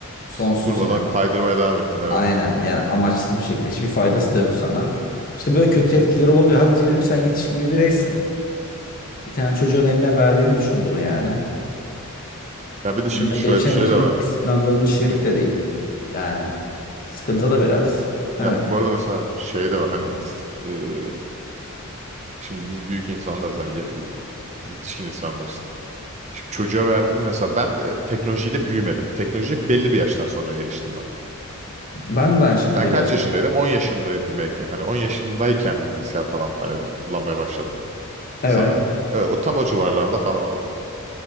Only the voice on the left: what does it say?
sonsuz
yani.
Aynen yani amaçsız bir şekilde hiçbir faydası da yok sana. İşte böyle kötü
etkileri olabiliyor. Hadi diyelim sen yetişkin bir bireysin. Bir tane çocuğun eline verdiğini düşün bunu yani.
Eline
geçen
içerik
kısıtlandırılmış içerik
de değil. Yani sıkıntı da biraz. Evet.
Ben de aynı
şekilde
gerçekten.
Evet.